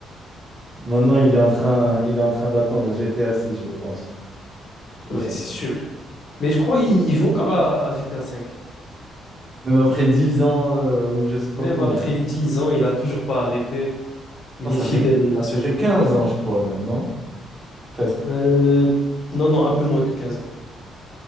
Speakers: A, on the right; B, on the left.
A: Maintenant, il est en train, il est en train d'attendre GTA six je pense, pour qu'il
B: Ouais,
A: sorte.
B: c'est sûr. Mais je crois qu'il il joue encore à, à GTA V.
A: Même après 10 ans, euh, ou je sais pas
B: Même
A: combien.
B: après 10 ans, il a toujours pas arrêté. Il
A: Non, ça
B: est fidèle
A: fait,
B: à ce
A: ça fait
B: jeu.
A: 15 ans, je crois, même, non? Presque.
B: Euh, non, non, un peu moins que 15 ans.